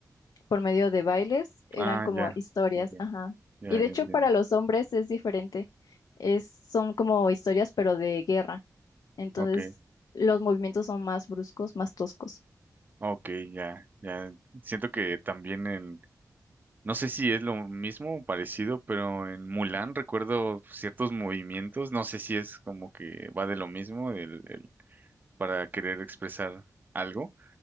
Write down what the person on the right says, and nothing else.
Ah,
ya.
Ok.
Ya,
ya
entiendo.
Ok.
Ok, ya, ya. Siento que también en, no sé si es lo mismo o parecido, pero en Mulan recuerdo ciertos movimientos, no sé si es como que va de lo mismo el, el- para querer expresar algo,